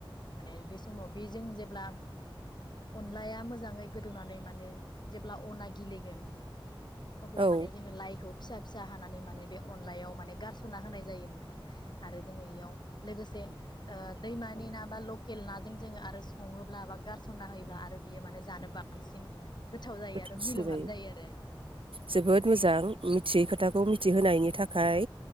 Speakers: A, on the left (about 55°); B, on the right (about 75°).
A: माने बे समाव बेजों जेब्ला अनलाया मोजाङै गोदौनानै माने जेब्ला अना गिलिगोन अब्ला
B: औ
A: माने जोङो लाइखौ फिसा फिसा हानानै माने बे अनलायाव माने गारस'नना होनाय जायो नोंथां आरो जोङो इयाव लोगोसे ओ दैमानि ना बा लकेल नाजों जोङो आरो सङोब्ला बा गारस'नना होयोब्ला आरो बियो माने जानो बांसिन गोथाव जायो
B: गोथावसिन
A: आरो मिलौहाब
B: जायो,
A: आरो
B: जोबोद मोजां। मिथियै
A: औ
B: खोथाखौ मिथिहोनायनि थाखाय